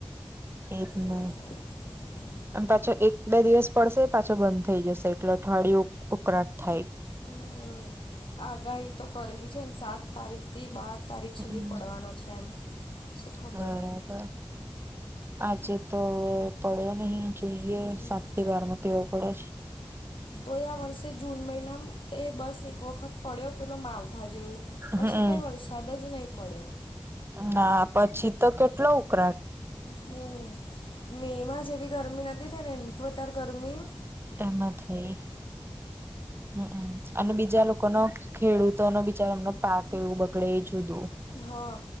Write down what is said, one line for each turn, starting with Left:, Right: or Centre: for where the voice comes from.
Right: એકને
Left: એવું થાય હમ
Right: એમ પાછો એક બે દિવસ પડશે પાછો બંધ થઈ જશે એટલે અઠવાડિયુ ઉકળાટ થાય
Left: હમ આગાહી તો કરેલી છે, ન સાત તારીખ તી બાર તારીખ
Right: હમ
Left: સુધી પડવાનો છે, એમ શું ખબર
Right: બરાબર
Left: હવે
Right: આજે તો હવે પડ્યો નહી જોઈએ
Left: હવે
Right: સાત થી બારમાં કેવો પડે
Left: તોયા વર્ષે જૂન મહિનામ એ બસ એક વખત પડ્યો પેલો માવ ઠા જેવું પછી
Right: હમ
Left: કઈ વરસાદ જ નહીં પડ્યો
Right: ના પછી તો કેટલો ઉકરા
Left: હમ મે માં જેવી ગરમી નથી થઈ ને એ વધાર ગરમી
Right: એમાં થઈ હમ અને બીજા લોકોનો. ખેડૂતો નો બિચારાનો એમનો પાક એવું બગડે એ જુદું.
Left: હા